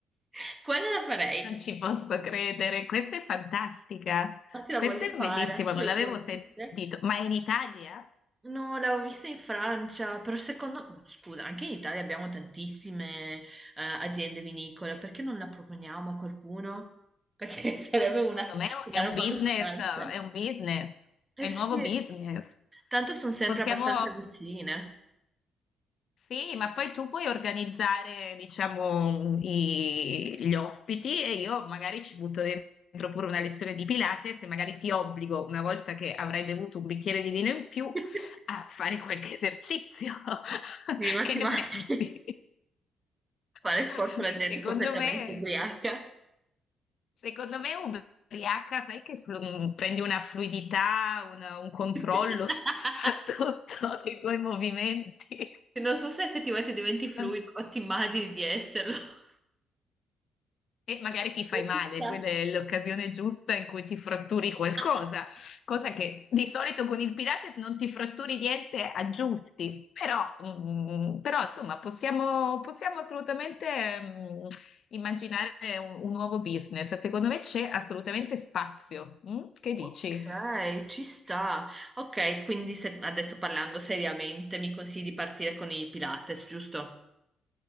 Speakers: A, on the right (about 15°); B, on the left (about 60°).
A: <laughs> Quella la farei.
B: non ci posso credere. Questa è fantastica,
A: Ma te la
B: questa
A: voglio
B: è
A: fare,
B: bellissima,
A: assolutamente.
B: non l'avevo sentito. Ma è in Italia?
A: No, l'avevo vista in Francia, però secondo me, scusa, anche in Italia abbiamo tantissime eh, aziende vinicole, perché non la proponiamo a qualcuno? Perché <laughs> sarebbe una,
B: Secondo me
A: una
B: è un
A: roba
B: business,
A: allucinante.
B: è un business,
A: Eh
B: è
A: sì,
B: un nuovo business.
A: tanto sono sempre
B: Possiamo,
A: abbastanza vicine.
B: Sì, ma poi tu puoi organizzare, diciamo, i- gli ospiti e io magari ci butto dentro pure una lezione di Pilates e magari ti obbligo, una volta che avrai bevuto un bicchiere di vino in più,
A: <laughs>
B: a fare qualche esercizio. <laughs>
A: Sì, ma
B: Che
A: ti
B: ne
A: immagini
B: pensi? <laughs>
A: fare sport con la gente
B: Secondo
A: completamente
B: me,
A: ubriaca?
B: secondo me ubriaca, sai che flu- mm, prendi una fluidità, una- un controllo
A: <laughs>
B: <laughs> soprattutto dei tuoi movimenti.
A: Non so se effettivamente diventi
B: <laughs>
A: fluido o ti immagini di esserlo. <laughs>
B: E magari ti fai male,
A: Ci sta.
B: quella è l'occasione giusta in cui ti fratturi qualcosa,
A: <laughs> Ok,
B: cosa che di solito con il Pilates non ti fratturi niente, aggiusti. Però, mm, però, insomma, possiamo, possiamo assolutamente, mm, immaginare un, un nuovo business. Secondo me c'è assolutamente spazio. Mm? Che dici?
A: Ok, ci sta. Ok, quindi se- adesso parlando seriamente, mi consigli di partire con i Pilates, giusto?